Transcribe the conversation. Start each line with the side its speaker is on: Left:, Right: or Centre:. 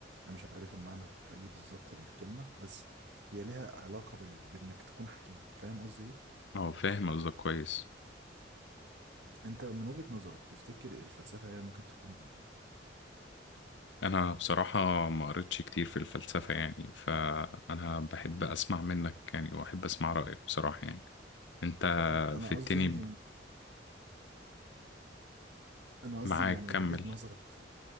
Right: أنا مش عارف المعنى الحقيقي بالظبط للكلمة بس هي لها علاقة بال... بإنك تكون حكيم فاهم قصدي إيه؟
Left: اه فاهم قصدك كويس
Right: أنت من وجهة نظرك تفتكر الفلسفة هي ممكن تكون إيه؟
Left: انا بصراحة ما قريتش كتير في الفلسفة يعني فانا بحب
Right: يعني
Left: اسمع منك يعني واحب اسمع رأيك بصراحة يعني انت
Right: طب أنا
Left: في
Right: أنا
Left: التاني
Right: قصدي يعني أنا قصدي
Left: معاك
Right: يعني
Left: كمل
Right: وجهة نظرك في ال...